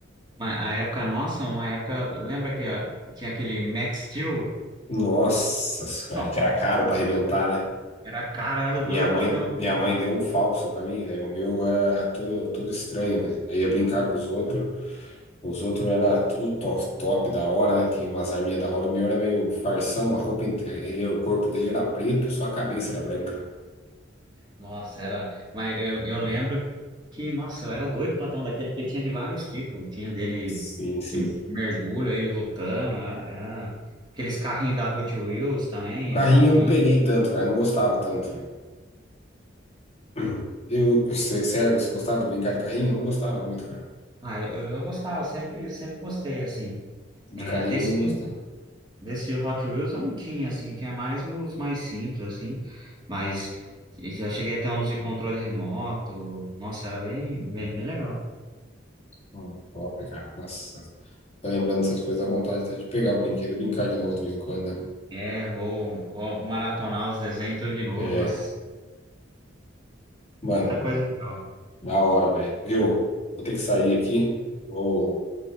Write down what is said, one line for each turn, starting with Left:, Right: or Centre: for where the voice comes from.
Right: Mas a época nossa, uma época. Lembra que a- tinha aquele Max Steel?
Left: Nossa senhora,
Right: <laughs> Nossa,
Left: que era caro para arrebentar, né?
Right: Era caro, eu era doido
Left: Minha mãe,
Right: pra ter um daquele
Left: minha mãe
Right: lá.
Left: deu um falso para mim, velho. O meu era todo, todo estranho, velho. Aí ia brincar com os outros. Os outros era tudo top, top da hora, né? Tinha umas arminhas da hora. O meu era meio farsão, a roupa, inte- ele, o corpo dele era preto e só a cabeça era branca. né?
Right: Nossa, era. Mas eu, eu lembro que, nossa, eu era doido pra ter um daquele, porque tinha de vários tipos. Tinha dele
Left: Sim, sim.
Right: de mergulho, ele lutando. Era, era aqueles carrinhos da Hot Wheels também,
Left: O carrinho
Right: da Pi.
Left: eu não peguei tanto, cara. Eu não gostava tanto, velho. <clears throat> Eu, eu sei- sério, você gostava de brincar de carrinho? Eu não gostava muito, cara.
Right: Ah, eu, eu gostava, sempre, sempre gostei, assim.
Left: De
Right: É,
Left: carrinho
Right: desse.
Left: eu não gostava.
Right: Desse Hot Wheels eu não tinha, assim, tinha mais os mais simples, assim, mas já cheguei a ter uns de controle remoto, nossa, era bem, bem, bem legal.
Left: Hum, Top, cara. Nossa, tá lembrando essas coisas, dá vontade até de pegar o brinquedo e brincar de novo de vez em quando, né?
Right: É, vou, vou maratonar os desenhos tudo de novo,
Left: É,
Right: assistir,
Left: mano,
Right: muita coisa legal.
Left: da hora, velho. Viu? Vou ter que sair aqui, vou